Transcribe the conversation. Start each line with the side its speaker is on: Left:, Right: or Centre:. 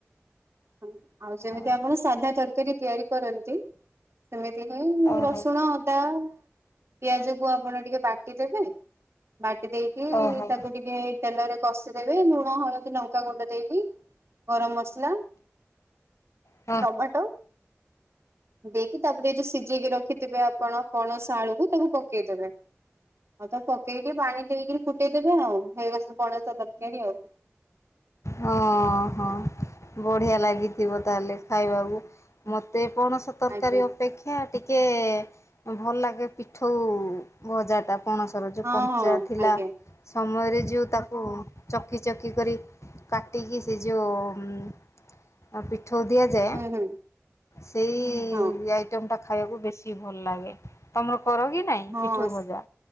Right: ହଁ ଆଉ ଯେମିତି
Left: ଓହୋ
Right: ଆପଣ ସାଧା ତରକାରୀ ତିଆରି କରନ୍ତି ସେମିତି ହିଁ
Left: ଓହୋ
Right: ରସୁଣ ଅଦା ପିଆଜ କୁ ଆପଣ ଟିକେ ବାଟିଦେବେ ବାଟି ଦେଇକି
Left: ଓହୋ
Right: ତାକୁ ଟିକେ ତେଲରେ କଷିଦେବେ ଲୁଣ ହଳଦୀ ଲଙ୍କା ଗୁଣ୍ଡ ଦେଇକି ଗରମ ମସଲା
Left: ହଁ।
Right: ଟମାଟୋ ଦେଇକି ତାପରେ ଏ ଯୋଉ ସିଝେଇକି ରଖି ଥିବେ ଆପଣ ପଣସ ଆଳୁକୁ ତାକୁ ପକେଇଦେବେ। ଆଉ ତ ପକେଇକି ପାଣି ଦେଇକି ଫୁଟେଇ ଦେବେ ଆଉ <unintelligible> ପଣସ ତରକାରୀ ଆଉ।
Left: ହଁ ହଁ ବଢ଼ିଆ ଲାଗିଥିବ ତାହେଲେ
Right: ଆଉ।
Left: ଖାଇବାକୁ? ମତେ ପଣସ ତରକାରୀ
Right: ଆଜ୍ଞା
Left: ଅପେକ୍ଷ କ୍ଷା ଟିକେ ଭଲ ଲାଗେ ପିଠଉ ଭଜାଟା। ପଣସର ଯେଉଁ
Right: ହଁ
Left: କଞ୍ଚା
Right: ହଁ
Left: ଥିଲା
Right: ଆଜ୍ଞା
Left: ସମୟରେ ଯୋଉଁ ତାକୁ ଚକି ଚକି କରି କାଟିକି ସେ ଯେଉଁ ପିଠୋଉ ଦିଆଯାଏ
Right: ହୁଁ ହୁଁ
Left: ସେଇ
Right: ହଁ
Left: ଆଇଟମ୍ ଟା ଖାଇବାକୁ ବେଶୀ ଭଲ ଲାଗେ। ତମର କର କି? ନାଇଁ
Right: ହଁ
Left: ପିଠଉ ଭଜା?
Right: ସ